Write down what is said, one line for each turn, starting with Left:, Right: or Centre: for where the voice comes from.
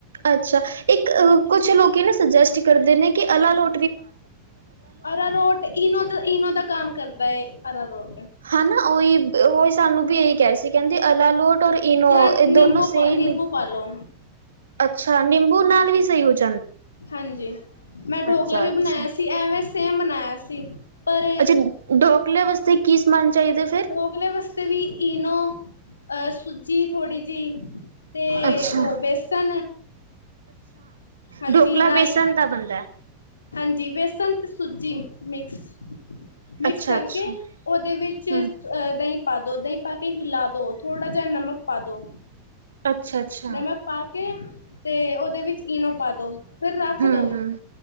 Right: ਅੱਛਾ ਇੱਕ ਕੁੱਛ ਲੋਕੀ ਨਾ ਸੁਜੈਸਟ ਕਰਦੇ ਨੇ ਕਿ ਅਲਾ ਲੋ
Left: ਅਰਾ ਰੋਟ ਇਨੋ ਦਾ ਇਨੋ ਦਾ ਕੰਮ ਕਰਦਾ ਹੈ ਅਰਾਰੋਟ
Right: ਹਨਾ ਉਹੀ ਉਹੀ ਸਾਨੂੰ ਵੀ ਇਹੀ ਕਿਹਾ ਸੀ ਕਹਿੰਦੇ ਅਲਾਲੋਟ ਔਰ ਇਨੋ
Left: ਜਾਂ
Right: ਇਹ
Left: ਨਿੰਬੂ
Right: ਦੋਨੋ ਸੇਮ
Left: ਨਿੰਬੂ
Right: ਹੀ,
Left: ਪਾ ਲੋ
Right: ਅੱਛਾ ਨਿੰਬੂ ਨਾਲ ਵੀ ਸਹੀ ਹੋਜੋ
Left: ਹਾਂਜੀ, ਮੈਂ ਡੋਕਲਾ
Right: ਅੱਛਾ
Left: ਵੀ
Right: ਅੱਛਾ
Left: ਬਣਾਇਆ ਸੀ ਐਵੇਂ ਸੇਮ ਬਨਾਇਆ ਸੀ। ਪਰ
Right: ਅੱਛਾ ਡੋਕਲੇ ਵਾਸਤੇ ਕੀ ਸਮਾਨ ਚਾਹੀਦਾ ਫਿਰ
Left: ਡੋਕਲੇ ਵਾਸਤੇ ਵੀ ਈਨੋ ਅਹ ਸੂਜੀ ਥੋੜ੍ਹੀ ਜੀ, ਤੇ
Right: ਅੱਛਾ
Left: ਉਹ ਬੇਸਨ ਹਾਂਜੀ
Right: ਡੋਕਲਾ
Left: ਰਾਈ
Right: ਬੇਸਣ ਦਾ ਬਣਦਾ।
Left: ਹਾਂਜੀ ਬੇਸਨ ਤੇ ਸੂਜੀ ਮਿਕਸ। ਮਿਕਸ
Right: ਅੱਛਾ
Left: ਕਰਕੇ
Right: ਅੱਛਾ
Left: ਉਹਦੇ ਵਿੱਚ
Right: ਹਮ
Left: ਆ ਦਹੀਂ ਪਾ ਦੋ ਦਹੀਂ ਪਾ ਕੇ ਹਿਲਾ ਦੋ ਥੋੜਾ ਜਿਹਾ ਨਮਕ ਪਾ ਦੋ।
Right: ਅੱਛਾ-ਅੱਛਾ।
Left: ਨਮਕ ਪਾ ਕੇ, ਤੇ ਉਹਦੇ ਵਿੱਚ ਈਨੋ ਪਾ ਦੋ। ਫਿਰ ਰੱਖ
Right: ਹਮ
Left: ਦੋ,